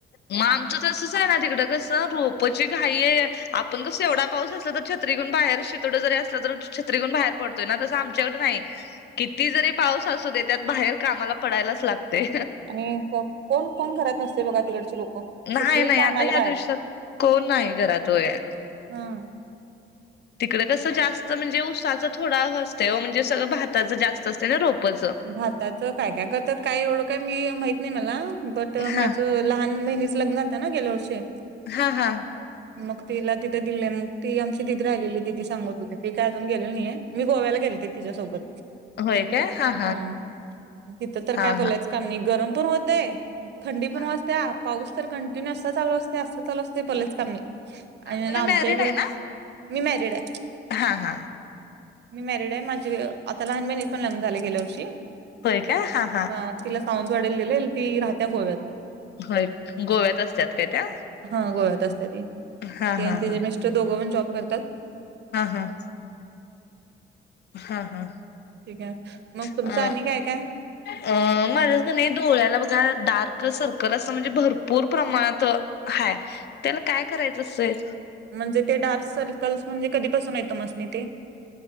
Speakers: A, on the left; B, on the right.
A: मग आमचं तसंच आहे ना तिकडं कस. रोपची घाई आहे आपण कस एवढा पाऊस असला तर छत्री घेऊन बाहेर शितोडे जरी असलं तर छत्री. छत्री घेऊन बाहेर पडतोय ना तसं आमच्याकडे नाही. किती जरी पाऊस असू दे त्यात बाहेर कामाला पडायलाच लागतय.
B: आणि कोण कोण घरात नसतंय बघा तिकडचे लोक.
A: नाही
B: सगळी
A: नाही
B: कामाला
A: आता ह्या
B: बाहेर
A: दिवसात कोण नाही घरात व्हय.
B: हा.
A: तिकड कसं जास्त म्हणजे ऊसाचं थोडं असतं ओ म्हणजे सगळं भाताचं जास्त असतं ना रोपचं.
B: भाताचं काय काय करतात काय एवढं काय मी माहित नाही मला बट. तिथं माझ
A: हा
B: लहान बहिणीच लग्न झालतं ना गेल्या वर्षी.
A: हा हा.
B: मग तिला तिथं दिलय मग ती आमची दीदी राहिलेली दीदी सांगत होती मी काय अजून गेलेलो नाही आहे. मी गोव्याला गेलते तिच्यासोबत.
A: होय काय हा.
B: हा तिथं तर
A: हा
B: काय बोलायचं
A: हा
B: काम नाही गरम पण होतंय थंडी पण
A: हा
B: वाजत्या. पाऊस तर कंटिन्यू असा चालू असतोय असा चालू असतोय बोलायचं काम नाही
A: आ,
B: आणि
A: तुम्ही
B: आमच्या
A: मॅरिड
B: इकड.
A: आहे ना
B: मी मॅरिड आहे.
A: हा हा.
B: मी मॅरिड आहे माझे आता लहान बहिणीचे पण लग्न झालंय गेल्या वर्षी.
A: होय काय हां हां.
B: हा तिला सावंतवाडीला दिलय ती राहत्या गोव्यात.
A: होय गोव्यात असत्यात काय त्या.
B: हा गोव्यात असत्या ती ती
A: हा हा
B: आणि तिचे
A: हा
B: मिस्टर दोघं पण जॉब करतात.
A: हा हा. हा हा.
B: ठीक आहे मग तुमचं
A: अ
B: आणि काय- काय.
A: अ माझ्या कणी डोळ्याला बघा डार्क सर्कल असं म्हणजे भरपूर प्रमाणात - हाय त्याला काय करायचं असतंय?
B: म्हणजे ते डार्क सर्कल्स म्हणजे कधीपासून आहेत तुम्हास्नी ते.